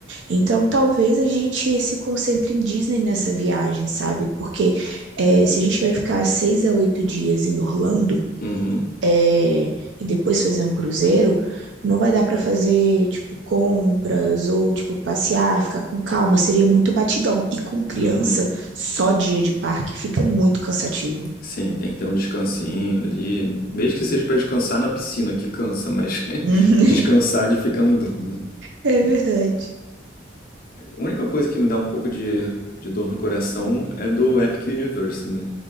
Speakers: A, on the right; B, on the left.
A: Então, talvez a gente se concentre em Disney nessa viagem, sabe? Porque é, se a gente vai ficar seis a oito dias em Orlando
B: uhum,
A: é, e depois fazer um cruzeiro, não vai dar pra fazer, tipo, compras ou, tipo, passear, ficar com calma. Seria muito batidão. E com criança,
B: uhum.
A: só dia de parque fica muito cansativo.
B: Sim, tem que ter um descansinho ali, mesmo que seja para descansar na piscina, que cansa, mas <laughs>
A: Hum.
B: descansar de ficar andando, né?
A: É verdade.
B: A única coisa que me dá um pouco de, de dor no coração é do Epic Universe, né?